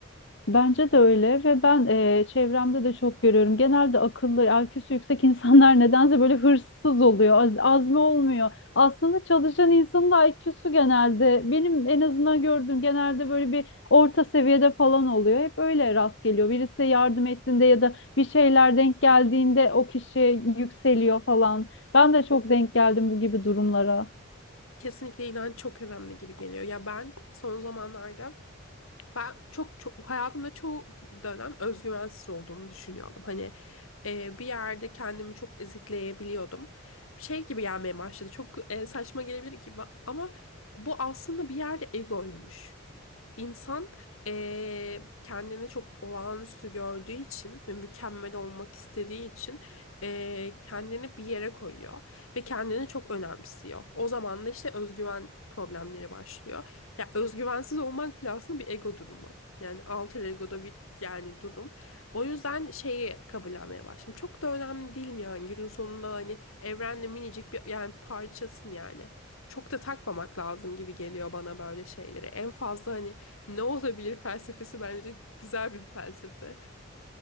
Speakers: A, on the left; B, on the left.
A: Bence de öyle ve ben eee, çevremde de çok görüyorum. Genelde akıllı, IQ'su yüksek <laughs> insanlar nedense böyle hırsız oluyor, az, azmi olmuyor. Aslında çalışan insanın da IQ'su genelde benim en azından gördüğüm genelde böyle bir orta seviyede falan oluyor. Hep öyle rast geliyor. Birisi yardım ettiğinde ya da bir şeyler denk geldiğinde o kişi yükseliyor falan. Ben de çok denk geldim bu gibi durumlara.
B: Kesinlikle inanç çok önemli gibi geliyor. Ya ben son zamanlarda Ben çok, çok hayatımda çoğu dönem özgüvensiz olduğumu düşünüyordum. Hani e, bir yerde kendimi çok ezikleyebiliyordum. Şey gibi gelmeye başladı. Çok e, saçma gelebilir gibi ama bu aslında bir yerde egoymuş. İnsan eee, kendini çok olağanüstü gördüğü için ve mükemmel olmak istediği için eee, kendini bir yere koyuyor ve kendini çok önemsiyor. O zaman da işte özgüven problemleri başlıyor. Ya özgüvensiz olmak bile aslında bir ego durumu. Yani alter ego'da bir yani durum. O yüzden şeyi kabullenmeye başladım. Çok da önemli değilim yani günün sonunda hani evrenle minicik bir yani parçasın yani çok da takmamak lazım gibi geliyor bana böyle şeyleri. En fazla hani ne olabilir felsefesi bence güzel bir felsefe.